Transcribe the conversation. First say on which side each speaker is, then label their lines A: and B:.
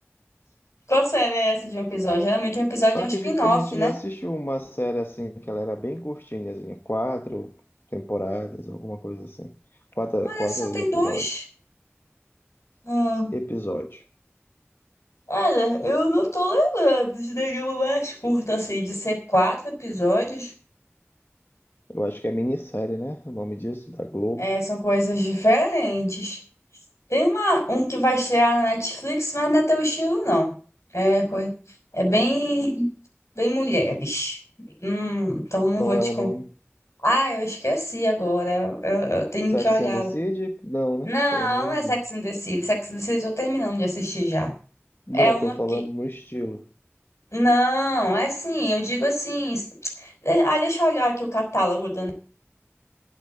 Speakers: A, on the left; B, on the left.
A: Qual série é essa de um episódio? Geralmente um episódio
B: Eu
A: é
B: acredito
A: um spin-off,
B: que a gente
A: né?
B: já assistiu uma série assim, que ela era bem curtinha, assim, quatro temporadas, alguma coisa assim. Quatro,
A: Mas
B: quatro
A: essa só
B: episódios.
A: tem dois. Ah,
B: Episódio.
A: olha, eu não tô lembrando de nenhuma mais curta, assim, de ser quatro episódios.
B: Eu acho que é minissérie, né? O nome disso, da Globo.
A: É, são coisas diferentes. Tem uma, um que vai estrear na Netflix, mas não é teu estilo, não. É, coi- é bem, bem mulheres. Hum, então não
B: Qual
A: vou te
B: é o
A: contar.
B: nome?
A: Ah, eu esqueci agora. Eu, eu tenho
B: Sex
A: que olhar.
B: and the City?
A: lá.
B: Não, né?
A: Não,
B: Pelo amor
A: não
B: de
A: é Sex
B: Deus.
A: and the City. Sex and the City eu tô terminando de assistir já.
B: Não,
A: É uma
B: tô falando
A: que.
B: no estilo.
A: Não, é sim, eu digo assim. <tsk> Ah, deixa eu olhar aqui o catálogo da.